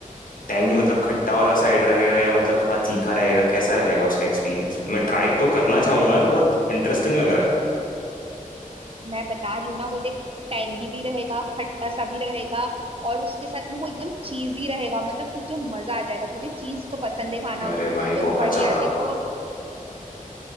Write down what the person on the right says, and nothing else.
मैं बता रही हूँ ना वो देख टैंगी भी रहेगा खट्टा सा भी रहेगा और उसके साथ में वो एकदम चीजी रहेगा मतलब तुझे मजा आ जाएगा तुझे चीज तो पसंद है खाना
तो
बढ़िया
देखो